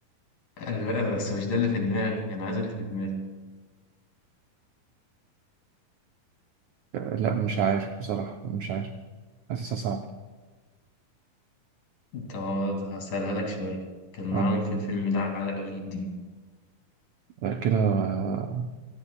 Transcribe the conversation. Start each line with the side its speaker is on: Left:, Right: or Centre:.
Left: أنا- بس مش ده اللي في دماغي أنا عايز اللي في دماغي
Right: آه لا مش عارف بصراحه مش عارف حاسسها صعبه
Left: أنت هسألها لك شوية كان معاهم
Right: اه
Left: في الفيلم ده علاء ولي الدين
Right: غير كده آه،